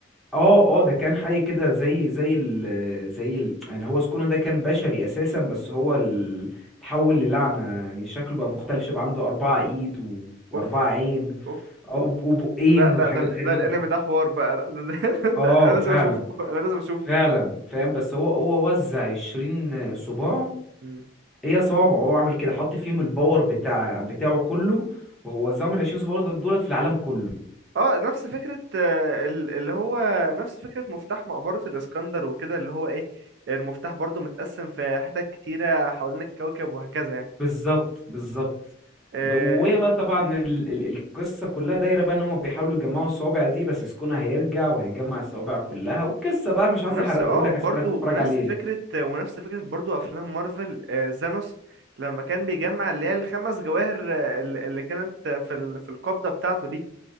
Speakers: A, in the centre; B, on the right (about 65°).
A: اه اه ده كان حي كده زي زي ال زي ال يعني هو سكونه ده كان بشري اساسا بس هو ال- اتحول للعنة يعني شكله بقى مختلف شبه عنده أربعة ايد و... وأربعة
B: اوف
A: عين
B: اوف
A: أو وبقين
B: لا لا
A: وحاجات
B: ده ال-
A: غريبة
B: ده الانمي
A: كده
B: ده حوار بقى ده, ده, <laughs>
A: اه
B: ده انا لازم
A: فعلا
B: اشوفه انا لازم اشوفه
A: فعلا فاهم بس هو هو وزع عشرين صباع
B: مم.
A: هي صوابعه هو عمل كده حط فيهم الباور بتاع بتاعه كله وهو وزعهم العشرين صباع دول دولت في العالم كله
B: اه نفس فكرة آه، ال- اللي هو نفس فكرة مفتاح مقبرة الإسكندر وكده اللي هو ايه المفتاح برضو متقسم في حتت كتيرة حوالين الكوكب وهكذا يعني
A: بالظبط بالظبط
B: آه،
A: ب- وهي بقى طبعا ال ال القصة كلها دايرة بقى ان هم بيحاولوا يجمعوا الصوابع دي بس سكونة هيرجع وهيجمع الصوابع كلها والقصة بقى مش عايز
B: ونفس
A: احرقهولك
B: اه برضو
A: عشان تروح تتفرج
B: ونفس
A: عليه
B: فكرة ونفس فكرة برضو أفلام مارفل آه، زانوس لما كان بيجمع اللي هي الخمس جواهر آه، ال- اللي كانت آه، في ال- في القبضة بتاعته دي